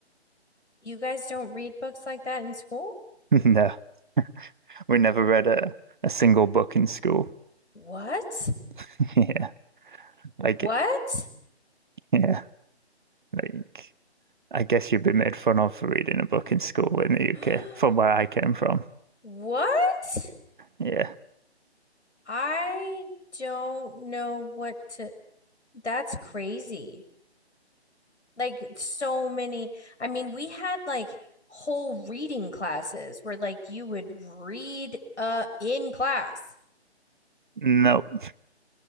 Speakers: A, on the left; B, on the right.
A: You guys don't read books like that in school?
B: No, we never read a, a single book in school.
A: What?
B: <laughs> Yeah. Like,
A: What?
B: yeah. Like, I guess you'd be made fun of for reading a book in school in the UK,
A: <gasps>
B: from where I came from.
A: What?
B: Yeah.
A: I don't know what to. That's crazy. like so many. I mean, we had like whole reading classes where like you would read uh in class.
B: Nope.